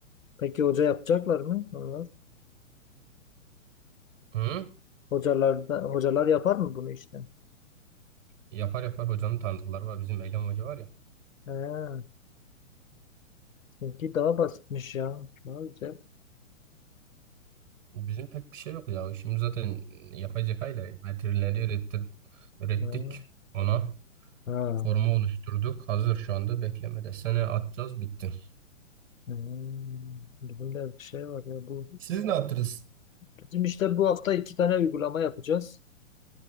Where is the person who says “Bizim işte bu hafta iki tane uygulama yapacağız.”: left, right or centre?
Left